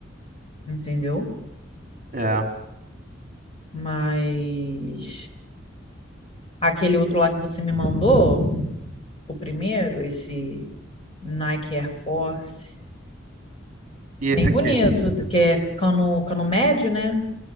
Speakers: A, on the left (about 30°); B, on the right (about 40°).
A: entendeu?
B: É.
A: Mas aquele outro lá que você me mandou, o primeiro, esse Nike Air Force,
B: E
A: bem
B: esse
A: bonito,
B: aqui?
A: que é cano, cano médio, né?